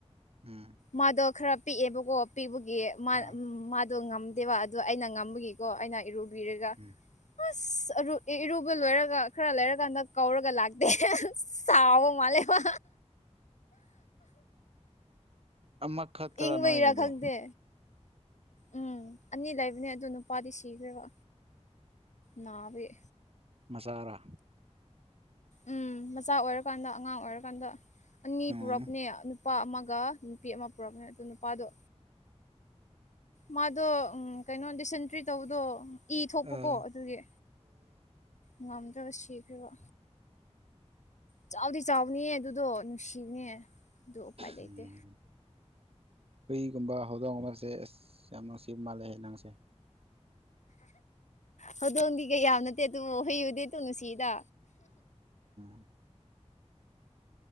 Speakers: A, on the right; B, on the left.
A: ꯎꯝ
B: ꯃꯥꯗꯣ ꯈꯔ ꯄꯤꯛꯑꯦꯕꯀꯣ ꯄꯤꯛꯄꯒꯤ
A: ꯌꯥꯝ
B: ꯑꯗꯣ ꯉꯝꯗꯦꯕ ꯑꯗꯣ ꯑꯩꯅ ꯉꯝꯕꯒꯤꯀꯣ ꯑꯩꯅ ꯏꯔꯨ ꯕꯤꯔꯒ
A: ꯎꯝ
B: ꯑꯁ ꯏꯔꯨꯕ ꯂꯣꯏꯔꯒ ꯈꯔ ꯂꯩꯔꯀꯥꯟꯗ ꯀꯧꯔꯒ ꯂꯥꯛꯇꯦ ꯁꯥꯎꯕ ꯃꯥꯜꯂꯦ ꯃꯥ
A: ꯑꯃꯈꯛꯇꯔ
B: ꯏꯪꯕꯩꯔꯥ
A: ꯅꯣꯏꯒꯤꯗꯣ
B: ꯈꯪꯗꯦ ꯎꯝ ꯑꯅꯤ ꯂꯩꯕꯅꯦ ꯑꯗꯣ ꯅꯨꯄꯥꯗꯤ ꯁꯤꯈ꯭ꯔꯦꯕ ꯅꯥꯕꯩ
A: ꯃꯆꯥꯔꯥ
B: ꯎꯝ ꯃꯆꯥ ꯑꯣꯏꯔꯀꯥꯟꯗ ꯑꯉꯥꯡ ꯑꯣꯏꯔꯀꯥꯟꯗ ꯑꯅꯤ
A: ꯎꯝ
B: ꯄꯨꯔꯛꯄꯅꯦ ꯅꯨꯄꯥ ꯑꯃꯒ ꯅꯨꯄꯤ ꯑꯃ ꯄꯨꯔꯛꯄꯅꯦ ꯑꯗꯨ ꯄꯥꯗꯣ ꯃꯥꯗꯣ ꯎꯝ ꯀꯩꯅꯣ ꯗꯤꯁꯦꯟꯇ꯭ꯔꯤ ꯇꯧꯕꯗꯣ ꯏ ꯊꯣꯛꯄꯀꯣ
A: ꯑꯥ ꯑꯥ
B: ꯑꯗꯨꯒꯤ ꯉꯝꯗ꯭ꯔꯒ ꯁꯤꯈ꯭ꯔꯤꯕ ꯆꯥꯎꯗꯤ ꯆꯥꯎꯕꯅꯦ ꯑꯗꯨꯗꯣ ꯅꯨꯡꯁꯤꯕꯅꯦ ꯑꯗꯣ ꯎꯄꯥꯏ ꯂꯩꯇꯦ
A: ꯎꯝ ꯍꯨꯏꯒꯨꯝꯕ ꯍꯧꯗꯣꯡꯒꯨꯝꯕꯥꯁꯦ ꯑꯁ ꯌꯥꯝ ꯅꯨꯡꯁꯤꯕ ꯃꯥꯜꯂꯦ ꯅꯪꯁꯦ
B: ꯍꯧꯗꯣꯡꯗꯤ ꯀꯩꯌꯥ ꯌꯥꯟꯅꯗꯦ ꯑꯗꯨꯕꯨ ꯍꯨꯏꯕꯨꯗꯤ ꯑꯗꯨꯝ ꯅꯨꯡꯁꯤꯗ
A: ꯎꯝ